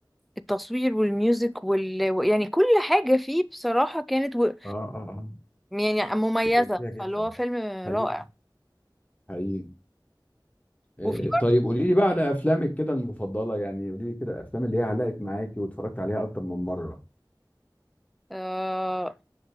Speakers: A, in the centre; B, on the left (about 20°).
A: التصوير والميوزك وال و- يعني كل حاجة فيه بصراحة كانت و...
B: اه اه آه.
A: يعني مميزة
B: كانت جميله جدا
A: فاللي هو فيلم
B: حقيقي
A: رائع
B: حقيقي آه،
A: وفي
B: طيب قولي لي بقى على افلامك كده المفضله يعني قولي لي كده الافلام اللي هي علقت معاكي واتفرجت عليها اكتر من مره
A: برضه